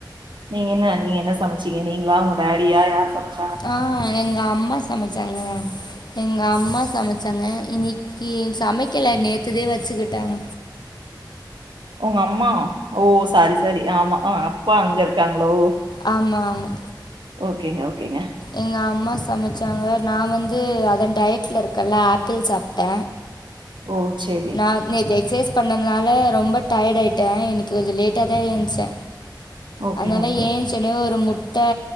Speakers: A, on the right; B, on the left.
A: நீங்க என்ன நீங்க என்ன சமச்சீங்க நீங்களா உங்க டேடியா யாரு சமச்
B: ஆ எங்க அம்மா சமச்சாங்கங்க எங்க அம்மா சமச்சாங்க இன்னி க்கி சமைக்கெல நேத்துதே வெச்சுக்கிட்டாங்க
A: உங்க அம்மா ஓ சாரி சாரி ஆமா அ அப்பா அங்க இருக்காங்களோ
B: ஆமா ஆமா
A: ஓகேங்க, ஓகேங்க.
B: எங்க அம்மா ச மச்சாங்க நா வந்து அதா டயட்ல இருக்கல்ல ஆப்பிள் சாப்ட்ட
A: ஓ! சரி.
B: நா நேத்து எக்சைஸ் பண்ணனால ரொம்ப டயர்ட் ஆயிட்டே இன்னைக்கு கொஞ்ச லேட்டா தா ஏந்ச்சே
A: ஓகேங்க,
B: அதுனால
A: ஓகே.
B: ஏந்ச்சோனே ஒரு முட்ட